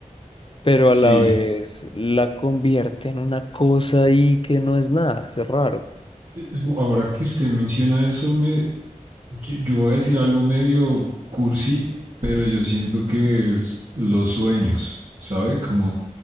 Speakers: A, on the left; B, on the right.
A: pero
B: Sí,
A: a la vez la convierte en una cosa ahí que no es nada, es raro.
B: Eh, ahora que usted menciona eso, me, yo, yo voy a decir algo medio cursi, pero yo siento que es los sueños, ¿sabe? Como